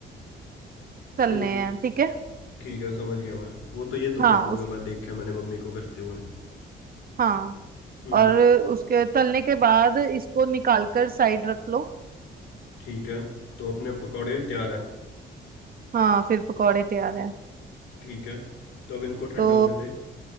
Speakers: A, on the right; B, on the left.
A: तलने
B: हम्म
A: हैं ठीक है
B: ठीक है समझ गया मैं वो तो ये तो
A: हाँ
B: कर लूँगा
A: उस
B: मैं देखा है मैंने मम्मी को करते हुए
A: हाँ
B: हम्म
A: और उसके तलने के बाद इसको निकाल कर साइड रख लो
B: ठीक है तो अपने पकौड़े तैयार हैं
A: हाँ फिर पकोड़े तैयार हैं
B: ठीक है तो अब इनको ठंडा
A: तो
B: होने दे